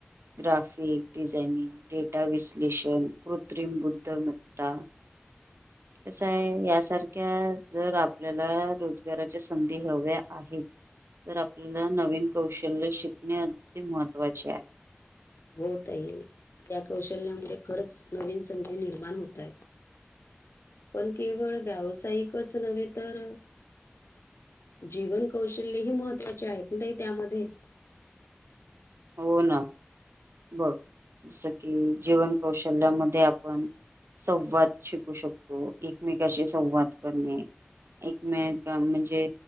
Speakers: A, on the right; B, on the left.
A: graphic, designing, data विश्लेषण, कृत्रिम बुद्धिमत्ता, कसं आहे यासारख्या जर आपल्याला रोजगाराच्या संधी हव्या आहेत, तर आपल्याला नवीन कौशल्य शिकणे अगदी महत्त्वाचे आहे.
B: हो ताई. या कौशल्यामुळे खरंच नवीन संधी निर्माण होत आहेत. पण केवळ व्यावसायिकच नव्हे, तर जीवन कौशल्यं ही महत्त्वाचे आहेत ना ताई त्यामध्ये.
A: हो ना. बघ, जसं कि जीवन कौशल्यांमध्ये आपण संवाद शिकू शकतो. एकमेकाशी संवाद करणे. एकमेका म्हणजे